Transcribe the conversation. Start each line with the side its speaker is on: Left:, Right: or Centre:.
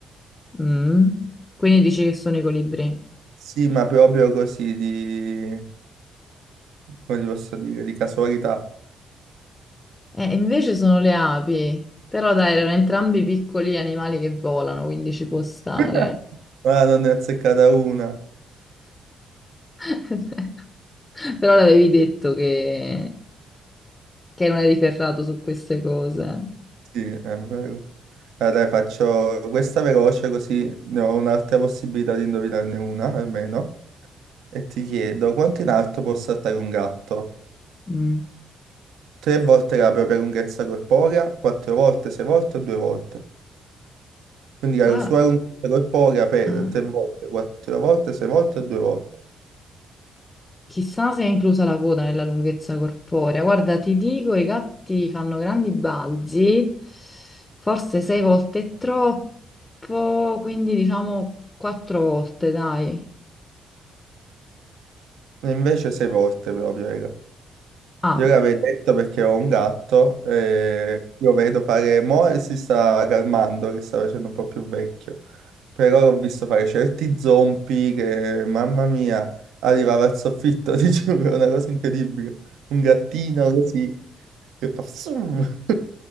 Left: mm. Quindi dici che sono i colibri.
Right: sì, ma proprio così di... come ti posso dire, di casualità.
Left: Eh, invece sono le api. Però dai, erano entrambi piccoli animali che volano, quindi ci può stare.
Right: <laughs> Ma non ne ho azzeccata una.
Left: <laughs> Però l'avevi detto che, che non eri ferrato su queste cose.
Right: Sì, è vero. Allora, dai, faccio questa veloce così ne ho un'altra possibilità di indovinarne una, almeno. E ti chiedo, quanto in alto può saltare un gatto?
Left: Mm.
Right: Tre volte la propria lunghezza corporea, quattro volte, sei volte o due volte? Quindi la
Left: Ah,
Right: sua lunghezza corporea per
Left: ah.
Right: tre volte, quattro volte, sei volte o due volte?
Left: Chissà se è inclusa la coda nella lunghezza corporea. Guarda, ti dico, i gatti fanno grandi balzi, forse sei volte è troppo, quindi diciamo quattro volte, dai.
Right: E invece sei volte proprio, raga.
Left: Ah,
Right: Io l'avevo detto perché ho un gatto e io vedo fare, mo e si sta calmando, che sta facendo un po' più vecchio, però l'ho visto fare certi zompi che, mamma mia, arrivava al soffitto, <laughs> ti giuro, è una cosa incredibile. Un gattino così che fa zoom <laughs>